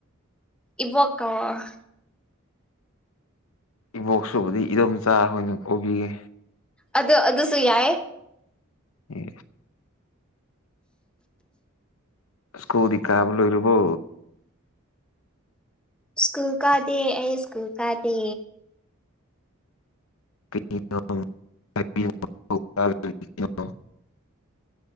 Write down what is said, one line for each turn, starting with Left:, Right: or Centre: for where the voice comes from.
Centre: ꯏꯕꯣꯛ ꯀꯧꯔꯛꯑꯣ
Left: ꯏꯕꯣꯛ ꯁꯤ ꯄꯨꯗꯤ ꯏꯗꯣꯝꯆꯥꯏ ꯑꯣꯏꯅꯥ ꯀꯧꯕꯤꯒꯦ
Centre: ꯑꯗꯨ ꯑꯗꯨꯁꯨ ꯌꯥꯏ
Left: ꯎ ꯏꯁꯀꯨꯜꯗꯤ ꯀꯥꯕꯥ ꯂꯣꯏꯔꯕꯣ
Centre: ꯁ꯭ꯀꯨꯜ ꯀꯥꯗꯦ ꯑꯩ ꯁ꯭ꯀꯨꯜ ꯀꯥꯗꯦ
Left: ꯗ